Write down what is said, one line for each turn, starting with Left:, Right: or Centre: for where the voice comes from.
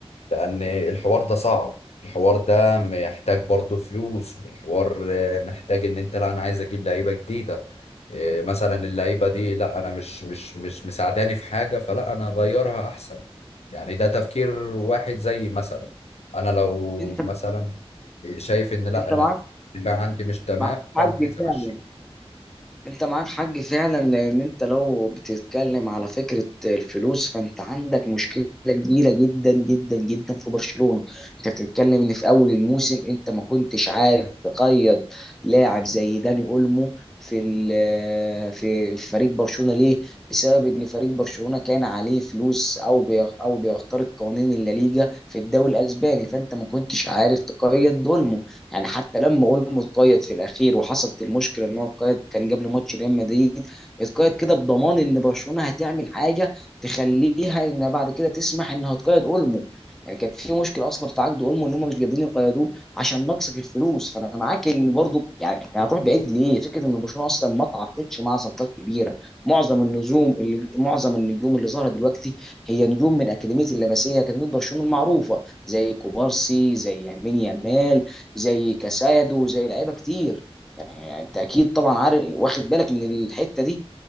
Left: لأن الحوار ده صعب الحوار ده محتاج برضه فلوس والحوار آه، محتاج إن أنت لا أنا عايز أجيب لعيبة جديدة آه، مثلا اللعيبة دي لا أنا مش مش مش مساعداني في حاجة فلا أنا أغيرها أحسن يعني ده تفكير واحد زي مثلا أنا لو
Centre: انت
Left: مثلا شايف إن لا
Centre: انت
Left: أنا
Centre: معاك
Left: الدفاع عندي مش تمام
Centre: معاك
Left: فأنا
Centre: حق
Left: عايز أمشي
Centre: فعلا انت معاك حق فعلا لان انت لو بتتكلم على فكره الفلوس فانت عندك مشكله كبيره جدا جدا جدا في برشلونه انت بتتكلم ان في اول الموسم انت ما كنتش عارف تقيد لاعب زي داني اولمو في ال- في في فريق برشلونه ليه بسبب ان فريق برشلونه كان عليه فلوس او بيخ- او بيخترق قوانين الليجا في الدوري الاسباني فانت ما كنتش عارف تقيد دول يعني حتى لما اولمو اتقيد في الاخير وحصلت المشكله ان هو اتقيد كان قبل ماتش ريال مدريد اتقيد كده بضمان ان برشلونه هتعمل حاجه تخليها انها بعد كده تسمح انها تقيد اولمو يعني كان في مشكله اصلا في عقد اولمو ان هم مش قادرين يقيدوه عشان نقص في الفلوس فانا معاك ان برضو يعني احنا هنروح بعيد ليه فكره ان برشلونه اصلا ما تعاقدش مع صفقات كبيره معظم النجوم اللي معظم النجوم اللي ظهرت دلوقتي هي نجوم من اكاديميه اللمسيه اكاديميه برشلونه المعروفه زي كوبارسي زي يمين يامال زي كاسادو زي لعيبه كتير يعني انت اكيد طبعا عارف واخد بالك من الحته دي